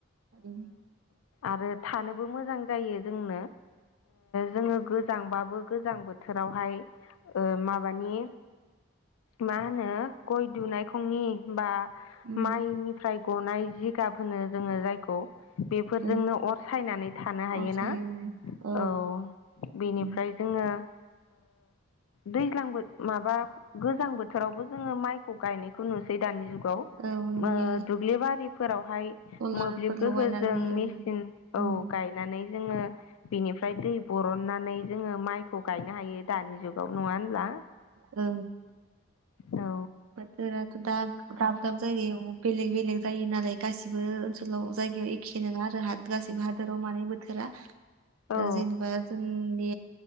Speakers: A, on the right; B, on the left.
A: उम
B: आरो थानोबो मोजां जायो जोंनो जोङो गोजांबाबो गोजांबो। बोथोरावहाय माबानि मा होनो गय दुनायखंनि बा
A: उम
B: माइनिफ्राय गनाय जि गाब होनो जोङो जायखौ बेफोरजोंनो
A: उम
B: अर सायनानै थानो हायोना।
A: अर सायो
B: औ बेनिफ्राय
A: उम
B: जोङो दैज्लांबो माबा गोजां बोथोरावबो जोङो माइखौ गायनायखौ नुसै दानि जुगाव।
A: औ नुयो
B: दुब्लिबारिफोराव
A: सलारफोर
B: मोब्लिब गोहोजों
A: लगायनानै
B: मेसिन
A: ओं
B: औ
A: उम
B: गायनानै। जोङो बिनिफ्राय दै बरनानै जोङो। माइखौ गायनो हायो दानि जुगाव नङा होनब्ला।
A: औ।
B: औ
A: बोथोराथ दा दाब दाब जायगायाव बेलेग बेलेग। जायो नालाय गासिबो ओनसोलाव जायगायाव एखे नङा आरो गासिबो हादोराव मानै बोथोरा।
B: औ
A: दा जेनेबा जोंनि